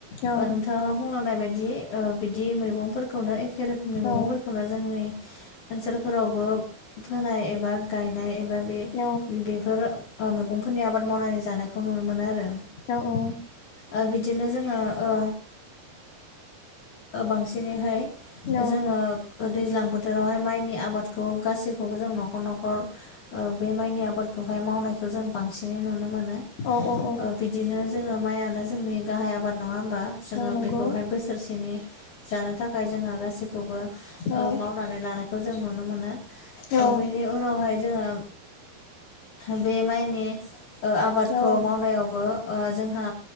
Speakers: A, on the left (about 75°); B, on the left (about 55°).
A: औ
B: ओ नोंथाङा बुंलांनाय बायदि ओ बिदि मैगंफोरखौनो एखे रोखोमनि मैगंफोरखौनो
A: औ
B: जोंनि ओनसोलफोरावबो फोनाय एबा गायनाय एबा बे
A: औ
B: बेफोर ओ मैगंफोरनि आबाद मावनानै जानायखौ नुनो मोनो आरो।
A: औ औ।
B: ओ बिदिनो जोङो ओ बांसिनैहाय
A: औ
B: जोङो दैज्लां बोथोरावहाय माइनि आबादखौ गासैखौबो जों न'खर न'खर ओ बे माइनि आबादखौहाय मावनायखौ जों बांसिनै नुनो मोन
A: औ औ।
B: ओ बिदिनो जोङो माइआनो जोंनि गाहाय आबाद नङा ओमबा जोङो
A: नंगौ
B: बेखौहाय बोसोरसेनि जानो थाखाय जोङो गासैखौबो ओ
A: औ
B: माव आरो लानायखौ जों नुनो मोनो ओ
A: औ
B: बेनि उनावहाय जोङो बे माइनि ओ आबादखौ
A: औ
B: मावनायावबो ओ जोंहा